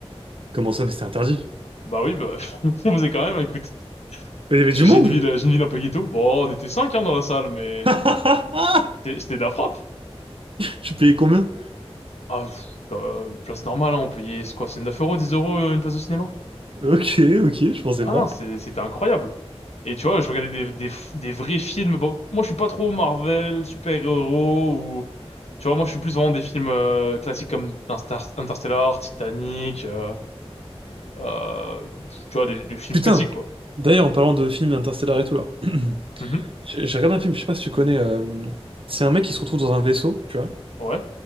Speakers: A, on the right; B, on the left.
A: Comment ça, mais c'était interdit?
B: Bah oui, bah <laughs> on faisait quand même. Écoute,
A: Mais il y avait
B: j'ai
A: du
B: j'ai
A: monde?
B: une ville, j'ai une ville un peu ghetto. Bon, on était cinq hein, dans la salle, mais
A: <laughs>
B: c'était c'était de la frappe.
A: Tu payais combien?
B: Ah, pff, euh, une place normale, hein, on payait c'est quoi, c'est 9 euros, 10 euros euh, une place de cinéma?
A: Ok, ok, je pensais
B: Ah
A: pas.
B: non, c'est- c'était incroyable. Et tu vois, je regardais des, des, des vrais films. Bon, moi, je suis pas trop Marvel, super-héros ou... Tu vois, moi, je suis plus vraiment des films euh, classiques comme Instar- Interstellar, Titanic, euh, euh, tu vois, des, des films
A: Putain,
B: classiques, quoi.
A: d'ailleurs, en parlant de films interstellaires et tout là, <clears throat>
B: Mhm.
A: j'ai j'ai regardé un film, je sais pas si tu connais. euh, C'est un mec qui se retrouve dans un vaisseau, tu vois.
B: Ouais,